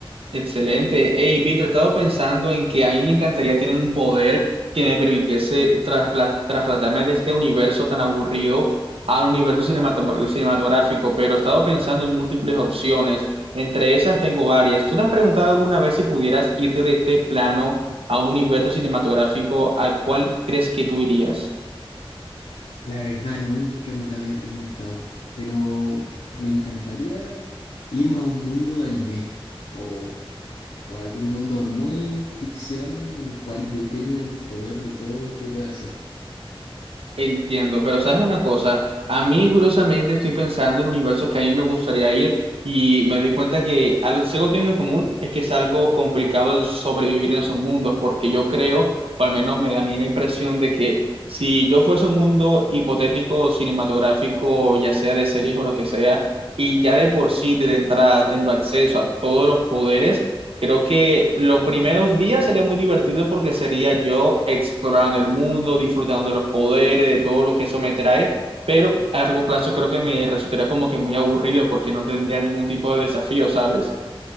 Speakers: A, on the right; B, on the left.
A: Excelente. Hey, Víctor, he estado pensando en que a mí me encantaría tener un poder que me permitiese traspla- trasplantarme de este universo tan aburrido al universo cinematom- cinematográfico, pero he estado pensando en múltiples opciones. Entre esas tengo varias. ¿Tú te has preguntado alguna vez si pudieras irte de este plano a un universo cinematográfico al cual crees que tú irías?
B: La verdad, nunca me la había preguntado, pero me encantaría irme a un mundo de anime o o algún mundo muy ficción en el cual yo tenga el poder de todo lo que pueda hacer.
A: Entiendo, pero sabes una cosa, a mí curiosamente estoy pensando en universos que a mí me gustaría ir y me doy cuenta que algo, si algo tienen en común es que es algo complicado de sobrevivir en esos mundos, porque yo creo, o al menos me da a mí la impresión de que si yo fuese un mundo hipotético, cinematográfico, ya sea de series o lo que sea, y ya de por sí desde entrada tengo acceso a todos los poderes, Creo que los primeros días sería muy divertido porque sería yo explorando el mundo, disfrutando de los poderes, de todo lo que eso me trae, pero a largo plazo creo que me resultaría como que muy aburrido porque no tendría ningún tipo de desafío, ¿sabes?